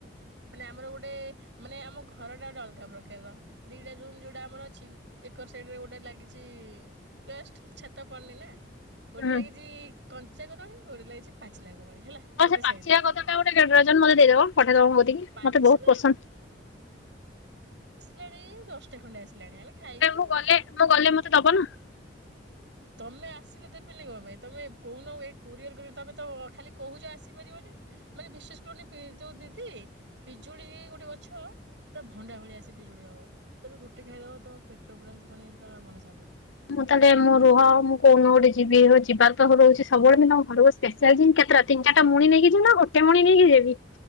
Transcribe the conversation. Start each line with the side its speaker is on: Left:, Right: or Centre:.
Right: ମାନେ ଆମର ଗୋଟେ ମାନେ ଆମ ଘରଟା ଗୋଟେ ଅଲଗା ପ୍ରକାରର ଦିଟା ରୁମ ଯୋଉଟା ଆମର ଅଛି ଏକର ସାଇଡରେ ଗୋଟେ ଲାଗିଚି ଛାତ ଜଷ୍ଟ ଛାତ ପଡ଼ନି ନାଁ ଗୋଟେ
Left: ହୁଁ।
Right: ଲାଗିଚି କଞ୍ଚା କଦଳୀ ଗୋଟେ ଲାଗିଚି ପାଚିଲା କଦଳୀ। ହେଲା
Left: ହଁ
Right: ଗୋଟେ
Left: ସେ ପାଚିଲା
Right: ସାଇଡ ରେ
Left: କଦଳୀଟା ଗୋଟେ କେ ଡରଜନ ମତେ ଦେଇଦବ ପଠେଇଦବ ମୋ କତିକି।
Right: ପାଚିଲା
Left: ମତେ ବୋହୁତ ପସନ୍ଦ।
Right: ଲେଣି ଦଶଟା ଖଣ୍ଡେ ଆସିଲାଣି ଆମେ ଖାଇକି
Left: ଏ ମୁଁ ଗଲେ ମୁଁ ଗଲେ ମତେ ଦବ ନାଁ?
Right: ତମେ ଆସିଲେ ଦେବିନି କଣ ପାଇଁ ତମେ କହୁନ ଏ କୋରିଅର ତମେ ତ ଖାଲି କହୁଛ ଆସିପାରିବନି ମାନେ ବିଶ୍ୱାସ କରନି ଯୋଉ ଦିଦି ପିଜୁଳି ଗୋଟେ ଗଛ ପୁରା ଭଣ୍ଡା ଭଳିଆ ସିଏ ପିଜୁଳି ହବ ତମେ ଗୋଟେ ଖାଇଦବ ତମ ପେଟ ପୁରା ମାନେ ପୁରା ମନଶାନ୍ତି
Left: ମୁଁ ତାହେଲେ ମୋ ରୁହ ମୁଁ କୋଉ ଦିନ ଗୋଟେ ଯିବି ରୁହ ଯିବା ତ କହୁଚି ସବୁବେଳେ ମୁଁ ତମ ଘରକୁ ସ୍ପେଶାଲ୍ ଜିବି କେତେଟା ତିନ ଚାରିଟା ମୁଣି ନେଇକି ଯିବି ନା ଗୋଟେ ମୁଣି ନେଇକି ଯିବି